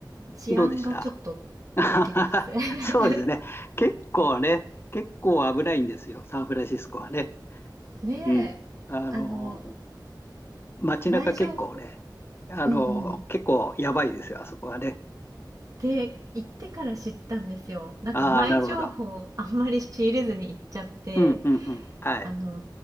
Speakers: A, on the right; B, on the left.
A: 治安がちょっと
B: どうでした <laughs>
A: ドキドキする。<laughs>
B: そうですね。結構ね、結構危ないんですよ、サンフランシスコはね。
A: ねえ、
B: うん。あの、
A: あの、
B: 街中結構ね、
A: 前情報
B: あの、
A: うんうん、
B: 結構やばいですよ、あそこはね。
A: で、行ってから知ったんですよ。なんか前情報あんまり仕入れずに行っちゃって、
B: ああ、なるほど。うん、うん、うん。はい。
A: あの、